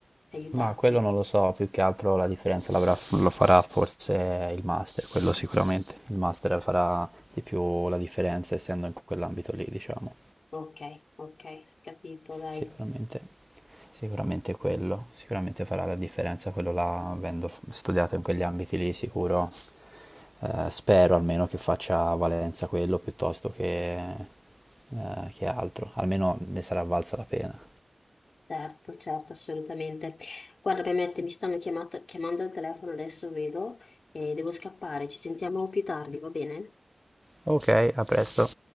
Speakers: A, on the left; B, in the centre.
A: Ti ha aiutato?
B: ma quello non lo so, più che altro la differenza l'avrà- lo farà forse il master, quello sicuramente. Il master farà di più la differenza essendo in quell'ambito lì, diciamo.
A: Ok, ok, capito, dai.
B: Sicuramente, sicuramente quello, sicuramente farà la differenza quello là, avendo f- studiato in quegli ambiti lì, sicuro. Eh, spero almeno che faccia valenza quello piuttosto che, eh, che altro, almeno ne sarà valsa la pena.
A: Certo, certo, assolutamente. Guarda, Mehmet, mi stanno chiamata- chiamando al telefono, adesso vedo e devo scappare. Ci sentiamo più tardi, va bene?
B: Ok, a presto.